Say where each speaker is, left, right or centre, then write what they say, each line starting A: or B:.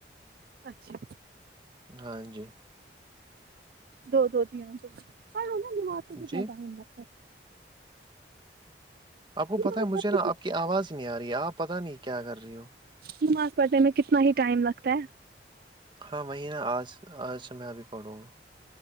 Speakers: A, on the right; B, on the right.
A: اچھا
B: ہاں جی
A: دو دو دیا چل پڑھو نماز میں کتنا
B: جی
A: ٹائم لگتاا
B: آپ کو پتاہ
A: نماز
B: ہے مجھے
A: پڑھنے
B: نا آپ کی آواز نہیں آ رہی ہے آپ پتاہ نہیں کیا کر رہی ہو
A: نماز پڑنے میں کتنا ہی ٹائم لگتا ہے
B: ہاں وہہینہ آج آج سے میں ابھی پڑوں گا